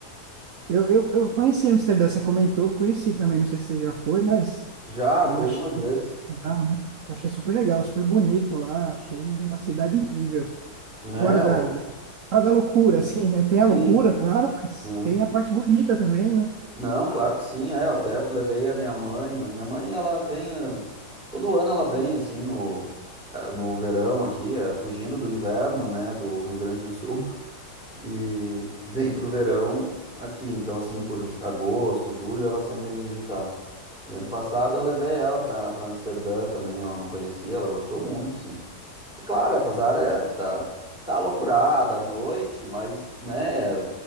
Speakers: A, on the right; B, in the centre.
A: Eu, eu, eu conheci Amsterdã, você comentou, eu conheci também, não sei se você já foi, mas
B: Já,
A: eu
B: fui
A: achei
B: algumas vezes.
A: legal, né? Eu achei super legal, super bonito lá, achei uma cidade incrível.
B: É,
A: Fora da,
B: ó,
A: da, fora da loucura, assim, né? Tem
B: sim.
A: a loucura, claro, mas
B: né?
A: tem a parte bonita também, né?
B: Não, claro que sim. É, eu até levei a minha mãe. A Minha mãe, ela vem. ah, Todo ano ela vem, assim, no, ah, no verão aqui, é, fugindo do inverno, né, do Rio Grande do Sul. <laughs> E vem pro verão aqui. Então, assim, por ju- agosto, julho, ela sempre vem me visitar. E ano passado eu levei ela pra, pra Amsterdã também. Ela não conhecia, ela gostou muito, sim. Porque, claro, apesar é da, da loucurada à noite, mas, né,